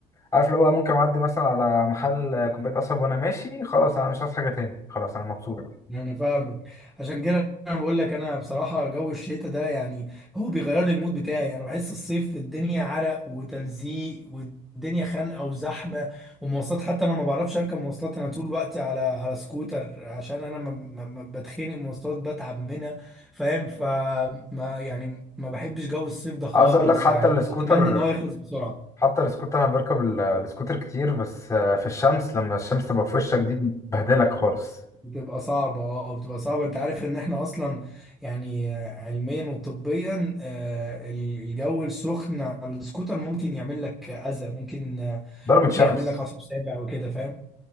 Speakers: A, on the left; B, in the centre.
A: عارف اللي هو ممكن اعدي مثلا على محل كوباية قصب وانا ماشي خلاص انا مش عاوز حاجة تاني خلاص انا مبسوط
B: انا فاهمك عشان كده انا بقول لك انا بصراحه جو الشتاء ده يعني هو بيغير لي المود بتاعي انا بحس الصيف الدنيا عرق وتلزيق والدنيا خانقه وزحمه ومواصلات حتى انا ما بعرفش اركب مواصلات انا طول الوقت على على سكوتر عشان انا ما ما- ما بتخنق من المواصلات بتعب منها فاهم فما يعني ما بحبش جو الصيف ده خالص
A: عاوز اقول لك حتى
B: يعني
A: السكوتر
B: بتمنى ان هو يخلص بسرعه
A: حتى السكوتر انا بركب ال- السكوتر كتير بس آه، في الشمس لما الشمس تبقى في وشك دي بهدلك خالص
B: بتبقى صعبة اه بتبقى صعبة انت عارف ان احنا اصلا يعني آه، علميا وطبيا آه، الجو السخن على السكوتر ممكن يعمل لك اذى ممكن آه،
A: ضربة
B: ممكن
A: شمس
B: يعمل لك عصب سابع وكده فاهم